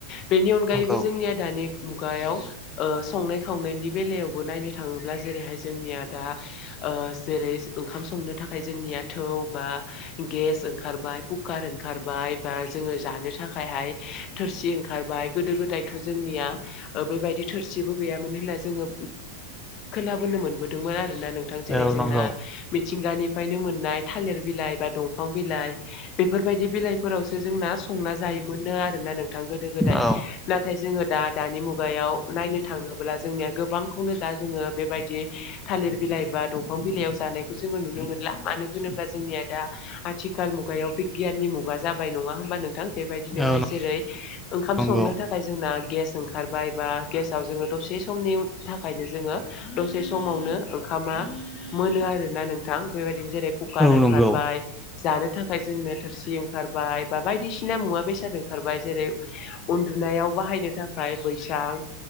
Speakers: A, on the left (about 35°); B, in the centre.
A: बेनि अनगायैबो
B: नंगौ
A: जोंनिया दानि मुगायाव ओ संनाय खावनायनि बेलायावबो नायनो थाङोब्ला जेरैहाय जोंनिया दा ओ जेरै ओंखाम संनो थाखाय जोंनि थौ बा गेस ओंखारबाय कुखार ओंखारबाय बा जोंङो जानो थाखाय थाखायहाय थोरसि ओंखारबाय गोदो गोदायथ' जोंनिया बेबायदि थोरसिबो गैयामोन होननानै जोंङो खोनाबोनो मोनबोदोंमोन आरोना नोंथां जेरै
B: औ
A: जोंना
B: नंगौ
A: मिथिंगानिफ्रायनो मोननाय थालिर बिलाइ बा दंफां बिलाइ बेफोरबायदि बिलाइ फोरावसो जोंना संना जायो मोननो आरोना नोंथां गोदो गोदाय
B: औ
A: नाथाय जोंङो दा दानि मुगायाव नायनो थाङोब्ला जोंनिया गोबांखौनो दा जोंङो बेबायदि थालिर बिलाइ बा दंफां बिलाइयाव जानायखौ जोंङो नुनो मोनला। मानो होनोबा जोंनिया दा आथिखाल मुगायाव बिगियाननि मुगा जाबाय नङा होमबा नोंथां। बिदिनोहाय
B: औ
A: जेरै ओंखाम
B: नंगौ
A: संनो थाखाय जोंना गेस ओंखारबाय बा गेसाव जोंङो दसे समनि थाखायनो जोंङो दसे समावनो ओंखामा मोनो आरोना नोंथां बेबायदिनो जेरै कुकार ओंखारबाय
B: औ नंगौ
A: जानो थाखाय जोंनो थोरसि ओंखारबाय बा बायदिसिना मुवा बेसे जादों ओंखारबाय जेरै उन्दुनायाव बाहायनो थाखाय बैसां